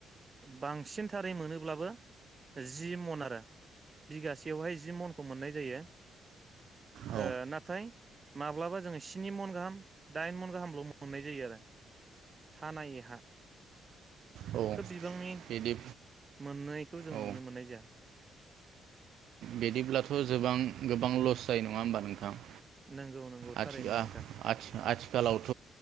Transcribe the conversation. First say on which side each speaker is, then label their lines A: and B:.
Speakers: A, on the right; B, on the right.
A: बांसिनथारै मोनोब्लाबो जि मन आरो बिगासेयावहाय जि मनखौ मोननाय जायो ओ
B: औ
A: नाथाय माब्लाबा जोङो स्नि मन गाहाम दाइन मन गाहामल मोननाय जायो आरो हानायहा
B: औ
A: खोब बिबांनि
B: बिदि
A: मोननायखौ जों
B: औ
A: नुनो मोननाय जाया
B: बिदिब्लाथ गोबां गोबां लस जायो नङा होमबा नोंथां?
A: नंगौ नंगौ
B: आथिखा
A: थारैनो नोंथां
B: आथि आथिखालावथ